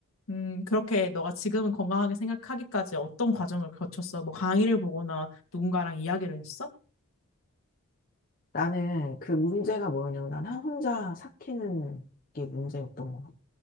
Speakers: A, on the left; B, on the left.
A: 음, 그렇게 너가 지금은 건강하게 생각하기까지 어떤 과정을 거쳤어? 뭐 강의를 보거나 누군가랑 이야기를 했어?
B: 나는 그 문제가 뭐였냐면 난 혼자 삭히는 게 문제였던 것 같아.